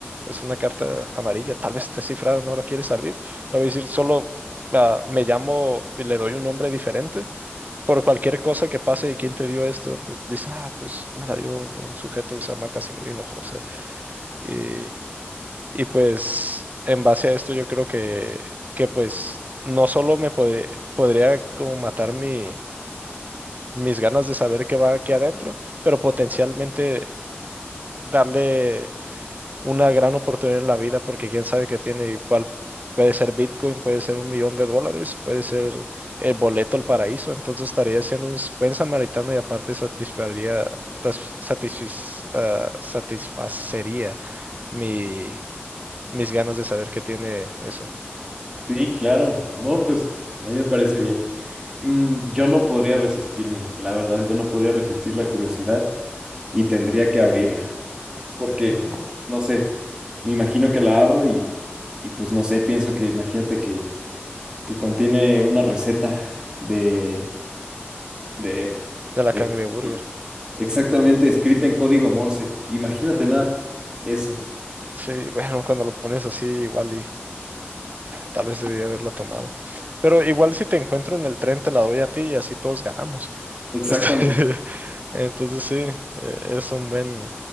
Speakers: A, on the right; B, on the right.
A: es una carta amarilla, tal vez está cifrada, no la quieres abrir. Le voy a decir, solo ah, me llamo y le doy un nombre diferente por cualquier cosa que pase y quién te dio esto, pues dice ah, pues me la dio un sujeto que se llama Casimiro Hinojosa. Y Y pues en base a esto yo creo que, que pues no solo me podré- podría como matar mi, mis ganas de saber qué va aquí adentro, pero potencialmente darle una gran oportunidad en la vida porque quién sabe qué tiene igual. Puede ser Bitcoin, puede ser un millón de dólares, puede ser el boleto al paraíso. Entonces estaría siendo un s- buen samaritano y aparte satisfaría, tas- satisfiz- ah, satisfacería mi, mis ganas de saber qué tiene eso.
B: Sí, claro. No, pues a mí me parece bien. Mm, yo no podría resistirme, la verdad, yo no podría resistir la curiosidad y tendría que abrirla, porque,
A: Ujú,
B: no sé, me imagino que la abro y, y pues no sé, pienso que imagínate que, que contiene una receta de, de,
A: De la
B: de-
A: cangreburger.
B: exactamente escrita en código Morse. Imagínate
A: Mm,
B: nada, eso.
A: sí, <laughs> bueno, cuando lo pones así, igual y tal vez debía haberla tomado. Pero igual si te encuentro en el tren, te la doy a ti y así todos ganamos.
B: Exactamente.
A: Este, <laughs> entonces sí, eh, es un buen...